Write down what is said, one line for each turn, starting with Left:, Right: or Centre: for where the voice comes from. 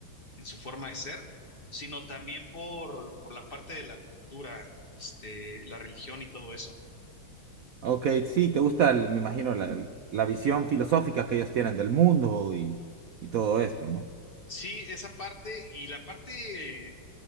Left: en su forma de ser, sino también por, por la parte de la cultura, este, la religión y todo eso.
Right: Ok, sí, te gusta, el- me imagino, la, la visión filosófica que ellos tienen del mundo y, y todo esto, ¿no?
Left: Sí, esa parte y la parte